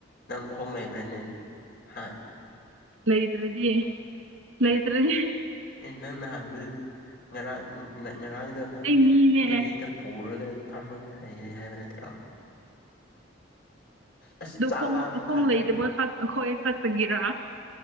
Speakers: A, on the left; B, on the right.
A: ꯅꯪ ꯈꯣꯡ ꯂꯩꯕ꯭ꯔꯥꯅꯦ ꯍꯥ
B: ꯂꯩꯇ꯭ꯔꯗꯤ ꯂꯩꯇ꯭ꯔꯗꯤ
A: ꯏ ꯅꯪ ꯅꯍꯥꯟ ꯉꯔꯥꯡ ꯉꯔꯥꯡꯗꯣ ꯅꯪ
B: ꯑꯩ ꯃꯤꯅꯦ
A: ꯒꯥꯔꯤꯗ ꯄꯨꯔꯒꯅꯦ ꯐꯝꯃꯒ ꯂꯩꯔꯦ ꯍꯥꯏꯕ ꯅꯠꯇ꯭ꯔꯣ ꯑꯁ
B: ꯑꯗꯨ
A: ꯆꯥꯛ
B: ꯈꯣꯡ
A: ꯂꯥꯝꯃ
B: ꯈꯣꯡ
A: ꯀꯥꯟꯗ
B: ꯂꯩꯇꯕꯣꯏ ꯈꯛ ꯍꯣꯏ ꯈꯛꯇꯒꯤꯔꯥ